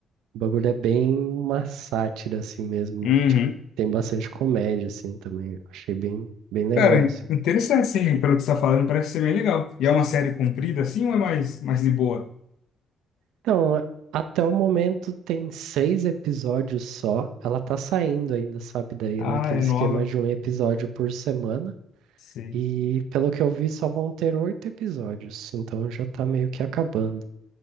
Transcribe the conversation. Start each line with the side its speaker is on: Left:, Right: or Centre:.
Right: o bagulho é bem uma sátira, assim mesmo.
Left: Uhum.
Right: Tipo, tem bastante comédia, assim, também. Eu Achei bem, bem legal,
Left: Cara,
Right: assim.
Left: interessante, sim. Pelo que você tá falando, parece ser bem legal. E é uma série comprida, assim, ou é mais, mais de boa?
Right: Então, a- até o momento tem seis episódios só. Ela tá saindo ainda, sabe? Daí
Left: Ah,
Right: é naquele
Left: é
Right: esquema
Left: nova.
Right: de um episódio por semana.
Left: Sei.
Right: E pelo que eu vi, só vão ter oito episódios, então já tá meio que acabando.